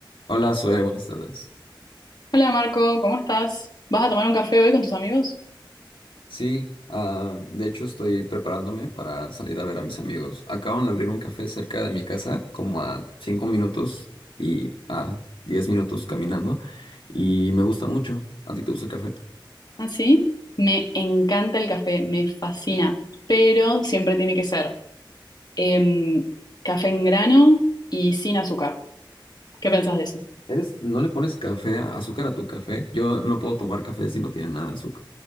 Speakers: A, on the left; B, on the left.
A: Hola, Zoe, buenas tardes.
B: Hola Marco, ¿cómo estás? ¿Vas a tomar un café hoy con tus amigos?
A: Sí, ah, de hecho estoy preparándome para salir a ver a mis amigos. Acaban de abrir un café cerca de mi casa, como a cinco minutos y a 10 minutos caminando, y me gusta mucho. ¿A ti te gusta el café?
B: ¿Ah, sí? Me encanta el café, me fascina, pero siempre tiene que ser em, café en grano y sin azúcar. ¿Qué pensás de eso?
A: ¿Eres, no le pones café, azúcar a tu café? Yo no puedo tomar café si no tiene nada de azúcar.